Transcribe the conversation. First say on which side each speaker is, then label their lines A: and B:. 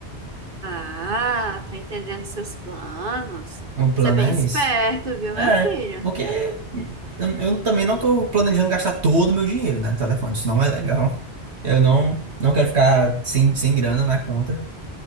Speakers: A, on the right (about 50°); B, on the right (about 75°).
A: Ah, tô entendendo seus planos.
B: O plano
A: Você é bem
B: é
A: esperto,
B: esse.
A: viu,
B: É,
A: meu filho?
B: porque eu, eu também não tô planejando gastar todo o meu dinheiro, né, no telefone. Isso não é legal. Eu não, não quero ficar sem, sem grana na conta.